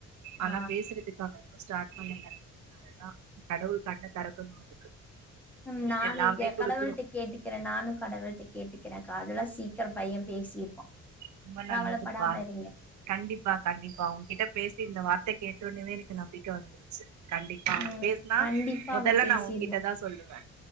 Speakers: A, on the right; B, in the centre.
A: ஆனா
B: ஆ
A: பேசுறதுக் கு அவ இன்னு ஸ்டார்ட் பண்ணல அதுதா கடவுள் கண்ண தெறக்கணு அதுக்கு
B: ம் நானு
A: எல்லாமே குடுக்குறோ
B: கடவுள்ட்ட கேட்டுக்கிறே நானு கடவுள்ட்ட கேட்டுக்கிறேகா அதெல்லா சீக்கிர பைய பேசிருவா
A: ரொம்ப நல்லதுப்பா
B: கவலப்படாம இருங்க.
A: கண்டிப்பா கண்டிப்பா உங்ககிட்ட பேசி இந்த வார்த்தை கேட்டோவுடனேயே எனக்கு நம்பிக்கை வந்துருச்சு கண்டிப்பா அவ
B: ம்
A: பேசனா
B: கண்டிப்பா
A: மொதல்ல
B: அவ பேசிருவா.
A: நா உகிட்ட தா சொல்லுவே